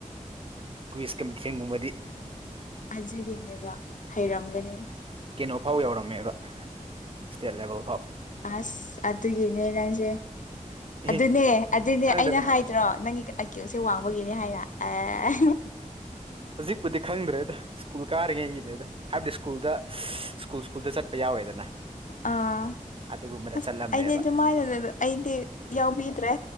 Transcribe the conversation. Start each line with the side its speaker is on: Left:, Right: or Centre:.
Right: ꯀꯨꯏꯁꯀꯦꯡꯒꯨꯝꯕꯗꯤ
Left: ꯑꯗꯨꯒꯤꯅꯦꯕ ꯍꯩꯔꯝꯒꯅꯤ
Right: ꯀꯦꯩꯅꯣ ꯐꯥꯎ ꯌꯥꯎꯔꯝꯃꯦꯕ ꯁ꯭ꯇꯦꯠ ꯂꯦꯕꯦꯜ ꯐꯥꯎ
Left: ꯑꯁ ꯑꯗꯨꯒꯤꯅꯦ ꯅꯪꯁꯦ
Right: ꯑꯦ
Left: ꯑꯗꯨꯅꯦ ꯑꯗꯨꯅꯦ
Right: ꯈꯪꯗ꯭ꯔꯦꯗ
Left: ꯑꯩꯅ ꯍꯥꯏ ꯅꯠꯇ꯭ꯔꯣ ꯅꯪꯒꯤ ꯑꯀꯌꯁꯦ ꯋꯥꯡꯕꯒꯤꯅꯤ ꯍꯥꯏꯅ ꯑꯦ
Right: ꯍꯧꯖꯤꯛꯄꯨꯗꯤ ꯈꯪꯗ꯭ꯔꯦꯗ ꯁ꯭ꯀꯨꯜ ꯀꯥꯔꯤꯉꯩꯒꯤꯅꯦꯗ ꯍꯥꯏꯕꯗꯤ ꯁ꯭ꯀꯨꯜꯗ ꯁ꯭ꯀꯨꯜ ꯁ꯭ꯀꯨꯜꯗ ꯆꯠꯄ ꯌꯥꯎꯋꯦꯗꯅ
Left: ꯑꯥ
Right: ꯑꯗꯨꯒꯨꯝꯕꯗ
Left: ꯑꯁ
Right: ꯆꯠꯂꯝꯃꯦꯕ
Left: ꯑꯩꯗꯤ ꯑꯗꯨꯃꯥꯏꯅꯗ ꯑꯩꯗꯤ ꯌꯥꯎꯕꯤꯗ꯭ꯔꯦ